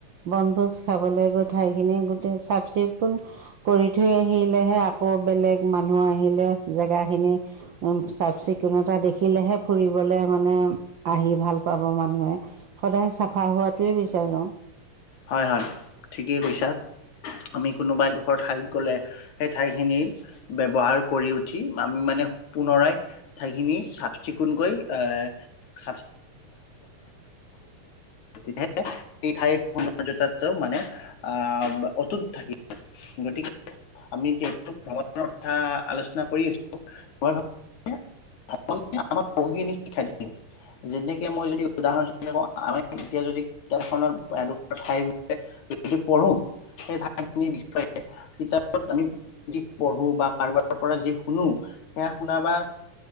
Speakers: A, on the right; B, on the left.
A: বনভোজ খাবলৈ গৈ ঠাইখিনি গোটেই চাফ চিকুণ কৰি থৈ আহিল দিলেহে আকৌ বেলেগ মানুহ আহিলে জেগা খিনি উ চাফ চিকুণতা দেখিলেহে হে ফুৰিবলে মানে আহি ভাল পাব মানুহে সদায় চাফা হোৱাাতোৱে বিচাৰোঁ
B: হয় হয় ঠিকেই কৈছা আমি কোনোবাই এডোখৰ ঠাইত গ'লে সেই ঠাইখিনিৰ ব্যৱহাৰ কৰি উঠি আমি পুনৰাই সঠাইখিনি চাফ চিকুণকৈ আহ তেএই ঠাইৰ <unintelligible> মানে আহ অতুত থাকে গতিকে আমি যিহেতু ভ্ৰমণৰ কথা আলোচনা কৰি আছো মই ভাব আ আমাক পঢ়িিনি শিক্ষাই দিয়ে যেনেকে মই যদি উদাহৰণ আমি এতিয়া যদি কিতাপখনত এ ঠাই বি যদি পঢ়ো সেই ঠাইখিনিৰ বিষয়ে কিতাপত আমি যি পঢ়ো বা কাৰোবাৰ পৰা যি শুনো সেয়া শুন বা